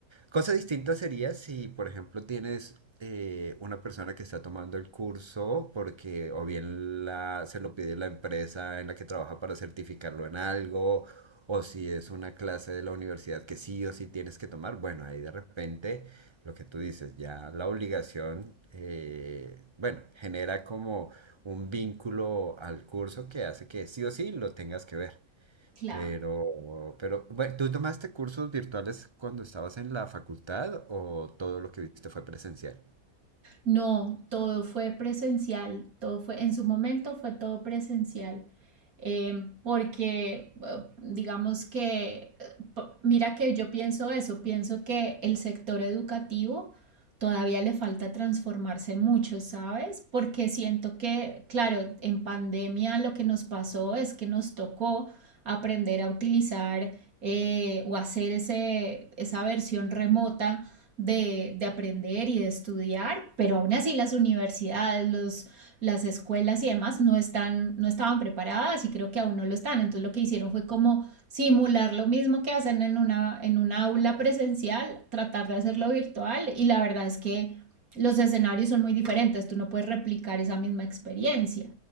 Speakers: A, on the right; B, on the right.
A: Cosa distinta sería si, por ejemplo, tienes eh, una persona que está tomando el curso porque o bien la, se lo pide la empresa en la que trabaja para certificarlo en algo, o si es una clase de la universidad que sí o sí tienes que tomar. Bueno, ahí de repente lo que tú dices, ya la obligación, eh, bueno, genera como un vínculo al curso que hace que sí o sí lo tengas que ver.
B: claro.
A: Pero, pero, bueno, ¿tú tomaste cursos virtuales cuando estabas en la facultad o todo lo que viste fue presencial?
B: No, todo fue presencial, todo fue, en su momento fue todo presencial, eh, porque eh, digamos que, eh, mira que yo pienso eso, pienso que el sector educativo todavía le falta transformarse mucho, ¿sabes? Porque siento que, claro, en pandemia lo que nos pasó es que nos tocó aprender a utilizar eh, o hacer ese, esa versión remota de, de, aprender y de estudiar, pero aún así las universidades, los, las escuelas y demás no, están, no estaban preparadas y creo que aún no lo están. Entonces lo que hicieron fue como simular lo mismo que hacen en una, en una aula presencial, tratar de hacerlo virtual y la verdad es que los escenarios son muy diferentes, tú no puedes replicar esa misma experiencia.